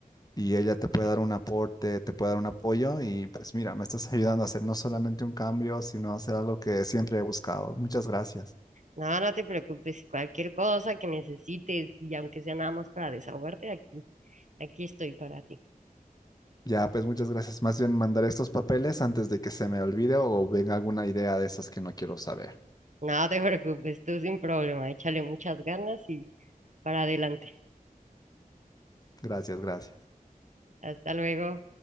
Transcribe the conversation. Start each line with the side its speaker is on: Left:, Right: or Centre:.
Left: y ella te puede dar un aporte, te puede dar un apoyo y pues mira, me estás <laughs> ayudando a hacer no solamente un cambio, sino hacer algo que siempre he buscado. Muchas gracias.
Right: No, no te preocupes, si cualquier cosa que necesites y aunque sea nada más para desahogarte, aquí, aquí estoy para ti.
Left: Ya, pues muchas gracias. Más bien mandar estos papeles antes de que se me olvide o venga alguna idea de esas que no quiero saber.
Right: No te preocupes, tú sin problema, échale muchas ganas y para adelante.
Left: Gracias, gracias.
Right: Hasta luego.